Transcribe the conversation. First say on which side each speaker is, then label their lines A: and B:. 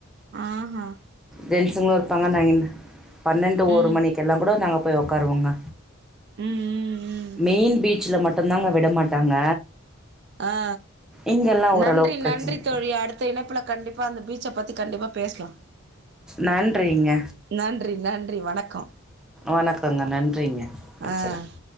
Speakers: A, on the right (about 50°); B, in the centre.
A: ஆ ஹா
B: ஜென்ஸுங்ளு இருப்பாங்க நைட் பன்னெண்டு ஒரு
A: ம்
B: மணிக் கெல்லா கூட நாங்க போய் ஒக்காருவோங்க
A: ம் ம் ம்
B: மெயின் பீச்ல மட்டு டுந்தாங்க விட மாட்டாங்க
A: ஆ
B: இங்கெல்லாம் ஓரளவுக்கு
A: நன்றி
B: பிரச்சனை
A: நன்றி
B: கிடையாது
A: தோழி அடுத் த இணைப்புல கண்டிப்பா அந்த பீச்ச பத்தி கண்டிப்பா பேஸ்லா
B: நன்றிங்க
A: நன்றி நன்றி வணக்கம்
B: வணக்கங்க நன்றிங்க வச்சர்றே
A: ஆ